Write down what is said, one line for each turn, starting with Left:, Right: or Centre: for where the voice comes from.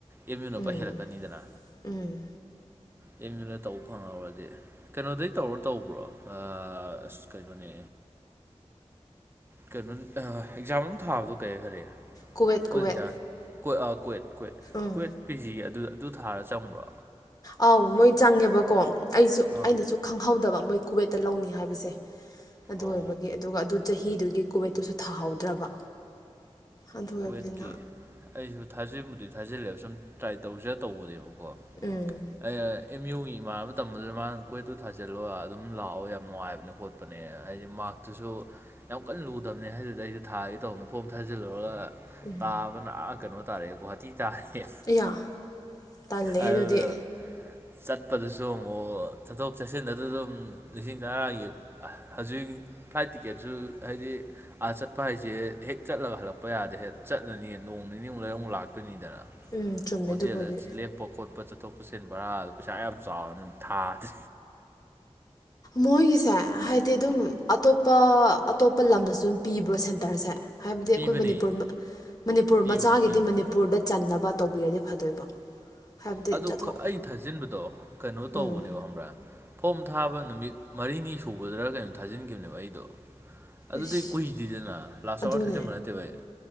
Right: ꯑꯦꯝ ꯌꯨ ꯅꯄ
Left: ꯎꯝ
Right: ꯍꯦꯜꯂꯛꯀꯅꯤꯗꯅ
Left: ꯎꯝ
Right: ꯑꯦꯝ ꯌꯨꯗ ꯇꯧꯕ ꯐꯪꯍꯧꯔꯗꯤ ꯀꯩꯅꯣꯗꯩ ꯇꯧꯔꯣ ꯇꯧꯕ꯭ꯔꯣ ꯑꯁ ꯀꯩꯅꯣꯅꯦ ꯀꯩꯅꯣ ꯑꯦꯛꯖꯥꯝ ꯑꯃ ꯊꯥꯕꯗꯣ ꯀꯔꯤ ꯈꯔ
Left: ꯀꯨꯋꯦꯠ ꯀꯨꯋꯦꯠ
Right: ꯑꯣꯟꯖꯔ ꯀ ꯀ꯭ꯋꯦꯠ ꯀ꯭ꯋꯦꯠ
Left: ꯎꯝ
Right: ꯀ꯭ꯋꯦꯠ ꯄꯦꯖꯤ ꯑꯗꯨ ꯑꯗꯨ ꯊꯥꯔ ꯆꯪꯕ꯭ꯔꯣ
Left: ꯑꯥꯎ ꯃꯣꯏ ꯆꯪꯉꯦꯕꯀꯣ ꯑꯩꯁꯨ
Right: ꯑꯥ
Left: ꯑꯩꯅꯁꯨ ꯈꯪꯍꯧꯗꯕ ꯃꯣꯏ ꯀꯨꯋꯦꯠꯇ ꯂꯧꯅꯤ ꯍꯥꯏꯕꯁꯦ ꯑꯗꯨ
Right: ꯑꯣ
Left: ꯑꯣꯏꯕꯒꯤ ꯑꯗꯨꯒ ꯑꯗꯨ ꯆꯍꯤꯗꯨꯒꯤ ꯀꯨꯕꯦꯠꯇꯨꯁꯨ ꯊꯥꯍꯧꯗ꯭ꯔꯕ ꯑꯗꯨ ꯑꯣꯏꯕꯅꯤꯅ
Right: ꯀꯋꯦꯠꯀꯤ ꯑꯩꯁꯨ ꯊꯥꯖꯤꯟꯕꯨꯗꯤ ꯊꯥꯖꯤꯜꯂꯦꯕ ꯁꯨꯝ ꯇ꯭ꯔꯥꯏ ꯇꯧꯁꯤꯔ ꯇꯧꯕꯅꯦꯕ ꯀꯣ
Left: ꯎꯝ
Right: ꯑꯩ ꯑꯦꯝ ꯌꯨꯒꯤ ꯏꯃꯥꯟꯅꯕ ꯃꯇꯝꯗꯨꯗ ꯃꯥꯅ ꯀꯣꯏꯠꯇꯨ ꯊꯥꯖꯤꯜꯂꯣ ꯑꯗꯨꯝ ꯂꯥꯛꯑꯣ ꯌꯥꯝ ꯅꯨꯡꯉꯥꯏꯕꯅꯦ ꯈꯣꯠꯄ ꯆꯄꯅꯦ ꯍꯥꯏꯗꯤ ꯃꯥꯛꯇꯨꯁꯨ ꯌꯥꯝ ꯀꯟꯅ ꯂꯨꯗꯕꯅꯦ ꯍꯥꯏꯗꯨꯗꯤ ꯑꯩꯗ ꯊꯥꯒꯦ ꯇꯧꯅ ꯐꯣꯝ ꯊꯥꯖꯤꯜꯂꯨꯔꯒ
Left: ꯎꯝ
Right: ꯇꯥꯕꯅ ꯀꯩꯅꯣ ꯇꯥꯔꯦ ꯒꯨꯍꯥꯇꯤ ꯇꯥꯔꯦ
Left: ꯏꯌꯥ ꯇꯜꯂꯦꯍꯦ
Right: ꯑꯗꯨ
Left: ꯑꯗꯨꯗꯤ
Right: ꯆꯠꯄꯗꯨꯁꯨ ꯑꯃꯨꯛ ꯆꯠꯊꯣꯛ ꯆꯠꯁꯤꯟꯗꯗ ꯑꯗꯨꯝ ꯂꯤꯁꯤꯡ ꯇꯔꯥꯒꯤ ꯍꯧꯖꯤꯛ ꯐ꯭ꯂꯥꯏꯠ ꯇꯤꯛꯀꯦꯠꯁꯨ ꯍꯥꯏꯗꯤ ꯑ ꯆꯠꯄ ꯍꯥꯏꯁꯦ ꯍꯦꯛ ꯆꯠꯂꯒ ꯍꯜꯂꯛꯄ ꯌꯥꯗꯦ ꯑꯗ ꯍꯦꯛ ꯆꯠꯂꯅꯤ ꯅꯣꯡ ꯅꯤ ꯑꯃꯨꯛ ꯂꯣꯏꯔ ꯑꯃꯨꯛ ꯂꯥꯛꯇꯣꯏꯅꯤꯗꯅ
Left: ꯎꯝ ꯆꯨꯝꯃꯦ
Right: ꯍꯣꯇꯦꯜꯗ
Left: ꯑꯗꯨꯕꯨꯗꯤ
Right: ꯂꯦꯞ ꯈꯣꯠꯄ ꯈꯣꯠꯄ ꯆꯠꯊꯣꯛ ꯆꯠꯁꯤꯟ ꯕꯔꯥ ꯄꯩꯁꯥ ꯌꯥꯝ ꯆꯥꯎꯔ ꯑꯗꯨꯝ ꯊꯥꯗꯦ
Left: ꯃꯣꯏꯒꯤꯁꯦ ꯍꯥꯏꯗꯤ ꯑꯗꯨꯝ ꯑꯇꯣꯞꯄ ꯑꯇꯣꯞꯄ ꯂꯝꯗꯁꯨ ꯑꯗꯨꯝ ꯄꯤꯕ꯭ꯔꯣ ꯁꯦꯟꯇꯔꯁꯦ ꯍꯥꯏꯕꯗꯤ
Right: ꯄꯤꯕꯅꯦ
Left: ꯑꯩꯈꯣꯏ ꯃꯅꯤꯄꯨꯔ ꯃꯅꯤꯄꯨꯔ
Right: ꯄꯤꯕꯅꯦ
Left: ꯃꯆꯥꯒꯤꯗꯤ
Right: ꯄꯤꯕꯅꯦ
Left: ꯃꯅꯤꯄꯨꯔꯗ ꯆꯟꯅꯕ ꯇꯧꯕꯤꯔꯗꯤ ꯐꯗꯣꯏꯕ ꯍꯥꯏꯕꯗꯤ
Right: ꯑꯗꯨ
Left: ꯆꯠꯊꯣꯛ
Right: ꯑꯩꯅ ꯊꯥꯖꯤꯟꯕꯗꯣ ꯀꯩꯅꯣ ꯇꯧꯕꯅꯦꯕ
Left: ꯎꯝ
Right: ꯈꯪꯕ꯭ꯔꯥ ꯐꯣꯝ ꯊꯥꯕ ꯅꯨꯃꯤꯠ ꯃꯔꯤꯅꯤ ꯁꯨꯕꯗ꯭ꯔ ꯀꯩꯅꯣ ꯊꯥꯖꯤꯟꯈꯤꯕꯅꯦꯕ ꯑꯩꯗꯣ ꯑꯗꯨꯗꯤ
Left: ꯑꯁ
Right: ꯀꯨꯏꯗꯗꯅ ꯂꯥꯁ
Left: ꯑꯗꯨꯅꯦ
Right: ꯑꯋꯥꯔ ꯊꯥꯖꯤꯟꯕ ꯅꯠꯇꯦꯕ ꯑꯩ